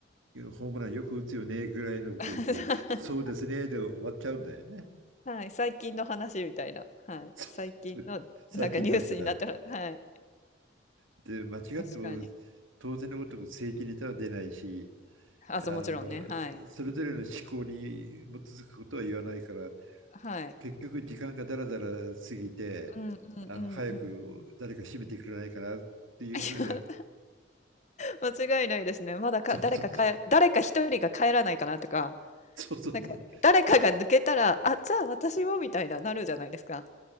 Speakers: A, on the right; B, on the left.
A: ホームランよく打つよねぐらいのこと言って、
B: <laughs>
A: そうですねで終わっちゃうんだよね。
B: はい、最近の話みたいな。はい。
A: <laughs>
B: 最近のなんかニュースになったら、
A: 最近だったら。
B: はい。
A: で、間違っても
B: 確かに。
A: 当然のごとく正規ネタは出ないし、
B: あ、
A: あの、
B: そう、もちろんね。はい。
A: それぞれの思考に基づくことは言わないから、
B: はい。
A: 結局時間がだらだら過ぎて、
B: うんうんうんうんうん。
A: あの、早く誰か締めてくれないかなっていうふうな、
B: いや間違いないですね。まだか、
A: そうそうそう、
B: 誰か帰、誰か一人が帰らないかなとか、
A: そうそうそう。
B: なんか、誰かが抜けたら、あ、じゃあ私もみたいな、なるじゃないですか。